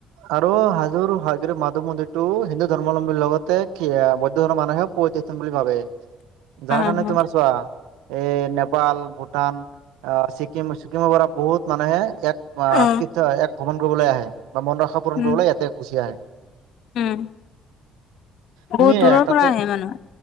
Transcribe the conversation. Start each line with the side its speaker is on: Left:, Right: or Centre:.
Right: আৰু হাজোৰ হয়গ্ৰীব মাধৱ মন্দিৰটো হিন্দু ধৰ্মালম্বীৰ লগতে কি বৌদ্ধ ধৰ্মৰ মানুহেও <unintelligible> বুলি ভাবে।
Left: অ',
Right: যাৰকাৰণে তোমাৰ চোৱা এই নেপাল, ভূটান আ, ছিকিম, ছিকিমৰ পৰা বহুত মানুহে ইয়াত
Left: অ
Right: তীৰ্থ এক ভ্ৰমণ কৰিবলৈ আহে। বা মনৰ আশা পূৰণ
Left: উম,
Right: কৰিবলৈ ইয়াতে গুচি আহে।
Left: উম, বহুত
Right: তুমি
Left: দূৰৰ
Right: তাতে
Left: পৰা আহে মানুহ।